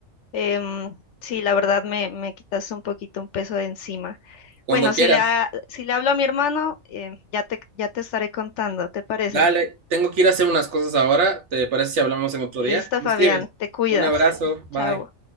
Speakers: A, on the left; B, on the right.
A: Em, sí, la verdad me, me quitas un poquito un peso de encima.
B: Cuando
A: Bueno, si
B: quieras,
A: le, ha- si le hablo a mi hermano, em, ya te, ya te estaré contando, ¿te parece?
B: dale, tengo que ir a hacer unas cosas ahora. ¿Te parece si hablamos en otro
A: Listo,
B: día? Me
A: Fabián,
B: escribes.
A: te cuidas.
B: Un abrazo, bye.
A: Chao.